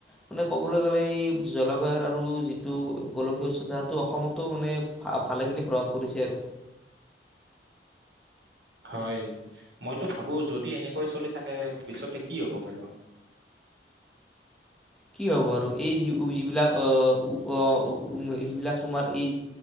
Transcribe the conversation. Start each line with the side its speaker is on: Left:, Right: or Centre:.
Centre: মানে ক'বলৈ গ'লে এই জলবায়ুৰ আৰু যিটো গোলকীয় উচ্চতাটো অসমতো মানে ভালেখিনি প্ৰভাৱ পৰিছে আৰু।
Right: হয় মইতো ভাবো যদি এনেকৈ চলি থাকে ভৱিষ্যতে কি হব বাৰু আমাৰ।
Centre: কি হব আৰু এই যি যিবিলাক আহ উ যিবিলাক তোমাৰ এই